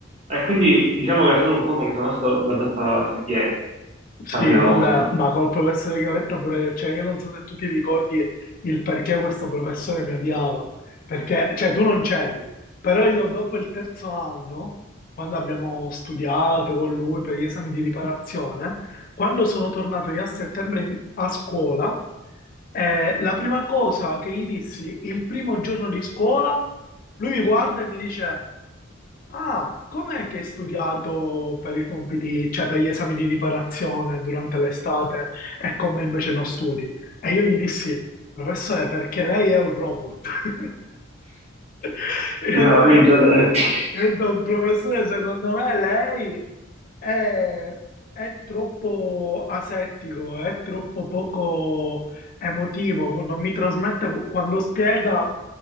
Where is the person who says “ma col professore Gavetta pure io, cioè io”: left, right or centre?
Left